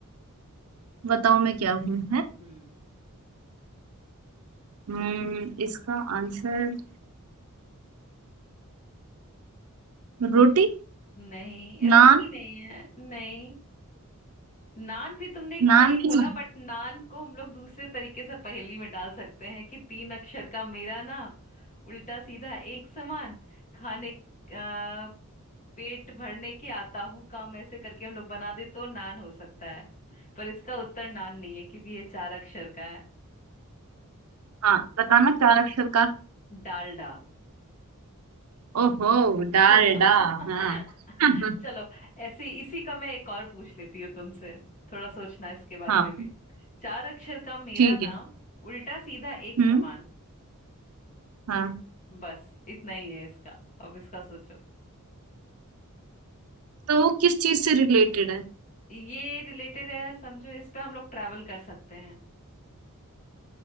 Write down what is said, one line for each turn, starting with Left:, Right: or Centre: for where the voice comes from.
Right: बताओ मैं क्या हूँ
Left: हम्म
Right: हम्म इसका आंसर रोटी
Left: नहीं रोटी
Right: नान
Left: नहीं है नहीं नान भी तुमने एक
Right: नान
Left: सही बोला
Right: भी नहीं
Left: बट नान को हम लोग दूसरे तरीके से पहेली में डाल सकते हैं कि तीन अक्षर का मेरा नाम उल्टा सीधा एक समान खाने आ, पेट भरने के आता हूँ काम ऐसे करके हम लोग बना दे तो नान हो सकता है पर इसका उत्तर नान नहीं है क्योंकि ये चार अक्षर का है
Right: हाँ बताना चार अक्षर का
Left: डालडा
Right: ओहो
Left: <laughs>
Right: डा रे डा हाँ <laughs>
Left: चलो ऐसे इसी का मैं एक और पूछ लेती हूँ तुमसे थोड़ा सोचना इसके बारे
Right: हाँ
Left: में भी चार अक्षर का मेरा
Right: ठीक
Left: नाम
Right: है
Left: उल्टा सीधा एक
Right: हम्म
Left: समान
Right: हाँ
Left: बस इतना ही है इसका अब इसका सोचो
Right: तो वो किस चीज से रिलेटेड है
Left: ये रिलेटेड है समझो इस पे हम लोग ट्रैवल कर सकते हैं